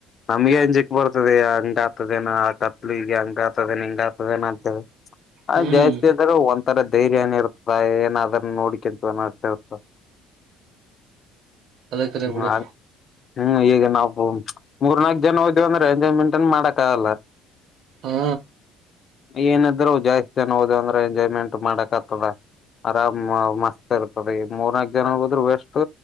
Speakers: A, on the left (about 40°); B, on the right (about 60°).
A: ನಮ್ಗೆ ಅಂಜಿಕ್ ಬರ್ತದೆ ಹಂಗ ಆತದನ ಆತ. ಈಗ ಹಂಗ ಆತದೇ ಹಂಗ ಆತದನ ಅಂತ
B: ಹ್ಮ್
A: ಜಾಸ್ತಿರು ಒಂಥರದ. ಧೈರ್ಯನ ಇರ್ತದ ಏನಾದ್ರನ್ನು ನೋಡಿಕಂತ ಅಷ್ಟ ಇರ್ತ.
B: ಅದಕ್ಕರೆ
A: ಹ್ಮ್
B: ಬಿಡು.
A: ಹ್ಮ್ ಈಗ ನಾವು ಮೂರ್ನಾಲ್ಕಕ್ ಜನ ಹೋದೇವ ಅಂದ್ರೆ ಎಂಜಾಯ್ಮೆಂಟ್ ನ್ ಮಾಡಕ್ ಆಗಲ್ಲ.
B: ಹಾ.
A: ಏನಿದ್ರು ಜಾಸ್ತಿ ಜನ ಓದ ಅಂದ್ರೆ ಎಂಜಾಯ್ಮೆಂಟ್ ಮಾಡಕ್ ಆಗ್ತದ. ಆರಾಮ್ ಮಸ್ತ್ ಇರ್ತದೆ ಈ ಮೂರ್ನಾಕು ಜನ ಹೋದ್ರರು ವಸ್ು